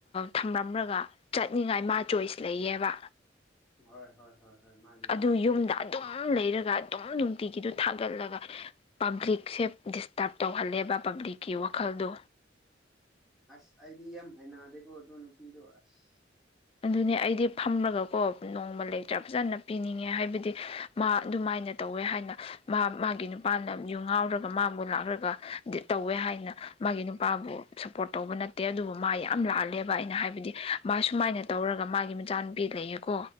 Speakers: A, on the left; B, in the centre.
A: ꯊꯝꯂꯝꯝꯂꯒ ꯆꯠꯅꯤꯡꯉꯥꯏ ꯃꯥ ꯆꯣꯏꯁ ꯂꯩꯌꯦꯕ
B: ꯍꯣꯏ ꯍꯣꯏ ꯍꯣꯏ꯫ ꯍꯣꯏ ꯃꯥꯅꯤ
A: ꯑꯗꯨ
B: ꯃꯥꯅꯤ
A: ꯌꯨꯝꯗ ꯑꯗꯨꯝ ꯂꯩꯔꯒ ꯑꯗꯨꯝ ꯅꯨꯡꯇꯤꯒꯤꯗꯨ ꯊꯥꯒꯠꯂꯒ ꯄꯕ꯭ꯂꯤꯛꯁꯦ ꯗꯤꯁꯇꯔꯕ ꯇꯧꯍꯜꯂꯦꯕ ꯄꯕ꯭ꯂꯤꯛꯀꯤ ꯋꯥꯈꯜꯗꯣ
B: ꯑꯁ ꯑꯩꯗꯤ ꯌꯥꯝ ꯍꯅꯗꯦꯀꯣ ꯑꯗꯨ ꯅꯨꯄꯤꯗꯣ ꯑꯁ
A: ꯑꯗꯨꯅꯦ ꯑꯩꯗꯤ ꯐꯝꯃꯒꯀꯣ ꯅꯣꯡꯃ ꯂ ꯂꯩꯛꯇ ꯐꯖꯅ ꯄꯤꯅꯤꯡꯉꯦ ꯍꯥꯏꯕꯗꯤ ꯃꯥ ꯑꯗꯨꯃꯥꯏꯅ ꯇꯧꯋꯦ ꯍꯥꯏꯅ ꯃꯥ ꯃꯥꯒꯤ ꯅꯨꯄꯥꯅ ꯌꯨ ꯉꯥꯎꯔꯒ ꯃꯥꯕꯨ ꯂꯥꯛꯂꯒ ꯇꯧꯋꯦ ꯍꯥꯏꯅ ꯃꯥꯒꯤ ꯅꯨꯄꯥꯕꯨ ꯁꯞꯄꯣꯔꯠ ꯇꯧꯕ ꯅꯠꯇꯦ ꯑꯗꯨꯕꯨ ꯃꯥ ꯌꯥꯝ ꯂꯥꯜꯂꯦꯕ ꯑꯩꯅ ꯍꯥꯏꯕꯗꯤ ꯃꯥ ꯁꯨꯃꯥꯏꯅ ꯇꯧꯔꯒ ꯃꯥꯒꯤ ꯃꯆꯥꯅꯨꯄꯤ ꯂꯩꯌꯦꯀꯣ